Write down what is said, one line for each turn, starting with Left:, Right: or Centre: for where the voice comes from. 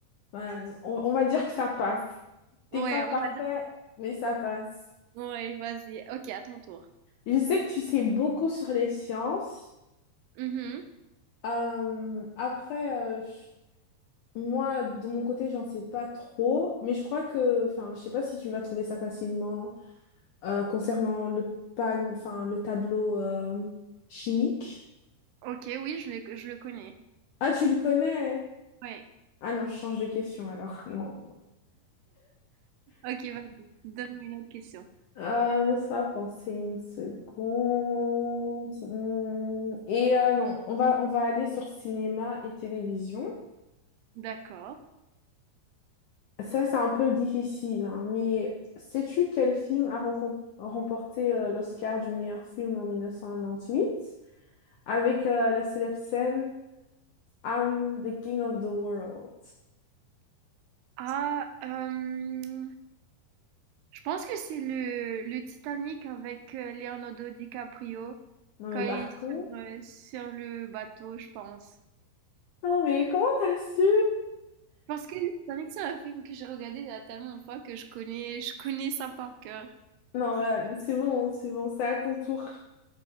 Left: Ouais, on, on va dire que ça passe. T'es
Right: Ouais,
Left: pas parfait,
Right: on va dire.
Left: mais ça passe.
Right: Ouais, vas-y. Ok, à ton tour.
Left: Je sais que tu sais beaucoup sur les sciences.
Right: Mhm.
Left: Euh, après, euh, je- moi, de mon côté, j'en sais pas trop, mais je crois que, enfin, je sais pas si tu vas trouver ça facilement euh, concernant le pan, enfin, le tableau euh, chimique.
Right: Ok, oui, je le, je le connais.
Left: Ah, tu le connais?
Right: Ouais.
Left: Ah non, je change de question alors. Non.
Right: OK, vas-y, donne-moi une autre question.
Left: Euh, laisse-moi penser une seconde. Hmm, Et euh, non, on va, on va aller sur cinéma et télévision.
Right: D'accord.
Left: Ça, c'est un peu difficile, hein, mais sais-tu quel film a rencom- remporté euh, l'Oscar du meilleur film en 1998 avec euh, la célèbre scène I'm the King of the World?
Right: Ah, hem, je pense que c'est le, le Titanic avec euh, Leonardo DiCaprio
Left: Non,
Right: quand
Left: mais
Right: il
Left: par
Right: est sur,
Left: contre...
Right: euh, sur le bateau, je pense.
Left: Non, mais comment t'as su?
Right: Parce que le Titanic, c'est un film que j'ai regardé il y a tellement de fois que je connais, je connais ça par cœur.
Left: Non, euh, c'est bon, c'est bon, c'est à ton tour.